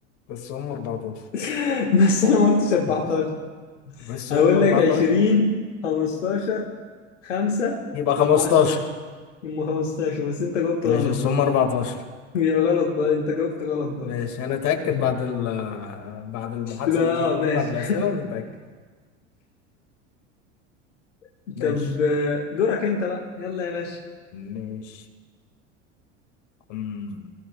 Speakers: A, on the left; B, on the left.
A: بس هم 14
B: <laughs> بس انا ما قلتش
A: <laughs>
B: 14
A: بس
B: هقول
A: هم 14
B: لك 20 15 5
A: يبقى 15
B: ولا 10 هم 15 بس انت جاوبت
A: ماشي
B: غلط
A: بس
B: برضه
A: هم 14
B: يا غلط بقى انت جاوبت غلط برضه
A: ماشي انا اتاكد بعد ال بعد المحادثة
B: يبقى
A: اللذيذة
B: اه ماشي
A: دي بعد الأسئلة نتاكد
B: <laughs>
A: ماشي
B: طب آه، دورك انت بقى يلا يا باشا
A: ماشي أمم.